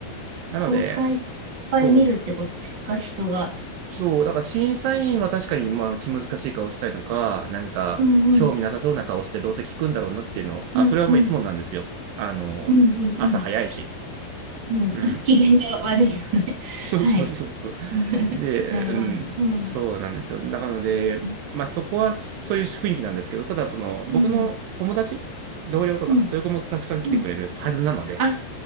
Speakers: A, on the right (about 85°); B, on the right (about 40°).
A: なので、
B: 公開いっぱい見るってことですか、
A: そう、
B: 人が。
A: そう、だから審査員は確かに、まあ、気難しい顔したりとか、なんか、
B: うんうん。
A: 興味なさそうな顔してどうせ聞くんだろうなっていうのを、あ、
B: うんうん。
A: それはもういつもなんですよ。あの、
B: うんうん
A: 朝早いし。
B: うん。うん。
A: うん。
B: <laughs> 機嫌が悪いのね。
A: そうそうそうそう。
B: <laughs> はい。<laughs>
A: で、
B: なるほど。
A: うん、
B: うん。
A: そうなんですよ。だからので、
B: う
A: まあそこはそういう雰囲気なんですけど、ただその僕の友達、
B: ん。
A: 同僚とか、
B: うん。
A: そういう子もたくさん来てくれるはずなので、
B: うん。あ、